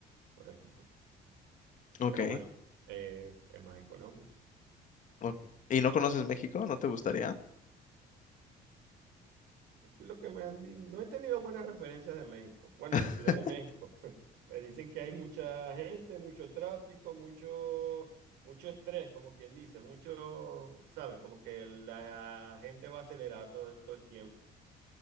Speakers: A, on the right; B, on the left.
A: por ejemplo.
B: Ok.
A: Pero bueno, es, es más económico.
B: ok. ¿Y no conoces México? ¿No te gustaría?
A: Es que lo que me han dicho, no he tenido buenas referencias de México, bueno,
B: <laughs>
A: de Ciudad de México. <laughs> Eh, Dicen que hay mucha gente, mucho tráfico, mucho, mucho estrés, como quien dice, mucho, ¿sabes? Como que la gente va acelerada todo, el- todo el tiempo.